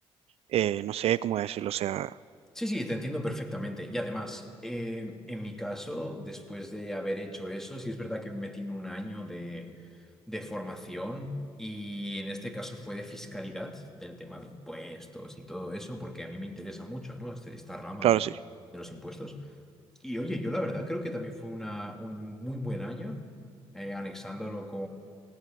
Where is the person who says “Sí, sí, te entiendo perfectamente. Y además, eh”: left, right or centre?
Centre